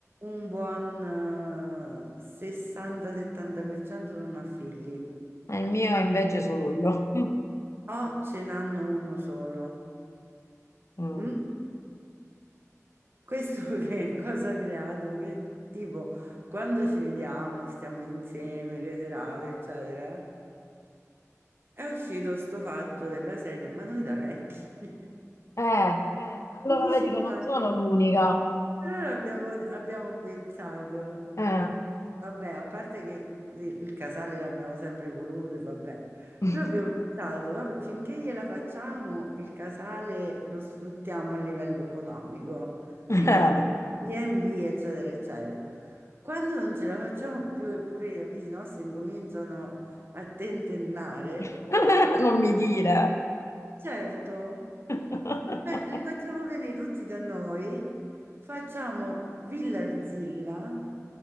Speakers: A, on the right; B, on the left.
A: un buon eh, 60-70% non ha figli,
B: E il mio è invece solo io. <laughs>
A: o ce n'hanno uno solo.
B: Mm.
A: Mm? Questo <laughs> che cosa ha creato? Che tipo, quando ci vediamo, stiamo insieme, le serate, eccetera. È uscito sto fatto della serie, ma noi da vecchi.
B: Eh, eh,
A: <laughs>
B: allora
A: Ma chi
B: vedi
A: ci
B: che non
A: fa?
B: sono l'unica.
A: Allora abbiamo, abbiamo pensato,
B: Eh.
A: vabbè, a parte che il casale l'abbiamo sempre voluto, e vabbè,
B: <laughs>
A: però abbiamo pensato, vabbè, finché gliela facciamo, il casale lo sfruttiamo a livello economico,
B: Eh.
A: tipo mettiamo gli B&B, eccetera, eccetera. Quando non ce la facciamo più, eppure gli amici nostri incominciano a tentennare,
B: <laughs> Non mi dire.
A: Certo,
B: <laughs>
A: Eh, li facciamo venire tutti da noi, facciamo Villarzilla,